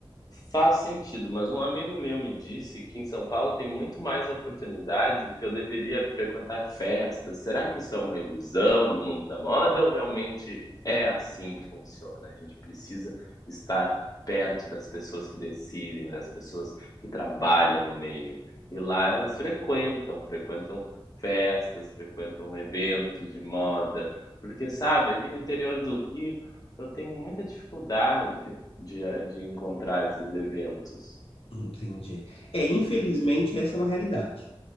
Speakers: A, on the left (about 40°); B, on the left (about 80°).
A: Faz sentido, mas um amigo meu me disse que em São Paulo tem muito mais oportunidades e que eu deveria frequentar festas. Será que isso é uma ilusão do mundo da moda ou realmente é assim que funciona? A gente precisa estar perto das pessoas que decidem, das pessoas que trabalham no meio. E lá elas frequentam, frequentam festas, frequentam eventos de moda, porque sabe, aqui no interior do Rio eu tenho muita dificuldade de, a- de encontrar esses eventos.
B: Entendi. É, infelizmente, essa é uma realidade